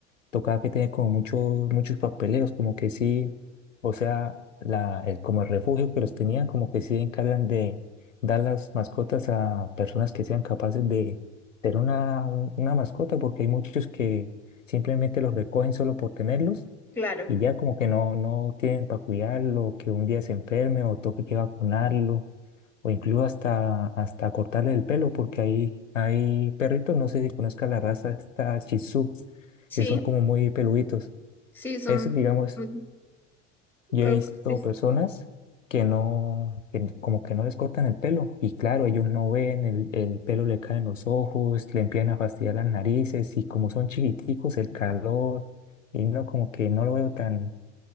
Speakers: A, on the left; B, in the centre.
A: tocaba que tenía como muchos, muchos papeleos, como que sí, o sea, la, el, como el refugio que los tenían, como que sí encargan de dar las mascotas a personas que sean capaces de tener una, un- una mascota, porque hay muchos que simplemente los recogen solo por tenerlos
B: Claro,
A: y ya como que no, no tienen para cuidarlo, que un día se enferme o toque que vacunarlo o incluso hasta, hasta cortarle el pelo, porque hay, hay perritos, no sé si conozca la raza, esta Shih Tzu,
B: sí,
A: que son como muy peluditos.
B: sí, son
A: Esos, digamos,
B: muy
A: yo
B: rebotes.
A: he visto personas que no, que n- como que no les cortan el pelo, y claro, ellos no ven, el, el pelo le cae en los ojos, le empiezan a fastidiar las narices, y como son chiquiticos, el calor, y no, como que no lo veo tan